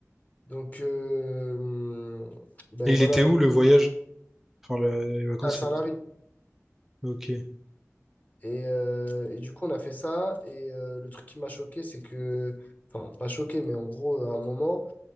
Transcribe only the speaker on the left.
Donc, euh, ben
voilà,
à Saint-Lary.
Et, euh, et du coup, on a fait ça, et euh, le truc qui m'a choqué, c'est que, enfin, pas choqué, mais en gros, à un moment,